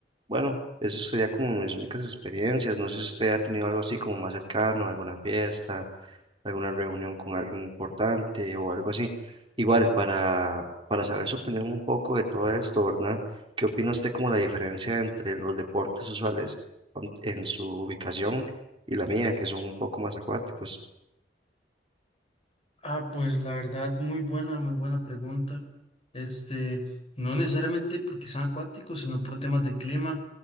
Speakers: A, on the right; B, on the left.
A: bueno, eso sería como mis únicas experiencias. No sé si usted ha tenido algo así como más cercano, alguna fiesta alguna reunión con alguien importante o algo así. Igual, para, para saber su opinión un poco de todo esto, ¿verdad? ¿Qué opina usted como la diferencia entre los deportes usuales on- en su ubicación y la mía, que son un poco más acuáticos?
B: Ah, pues la verdad, muy buena, muy buena pregunta. Este, no necesariamente porque sean acuáticos, sino por temas de clima.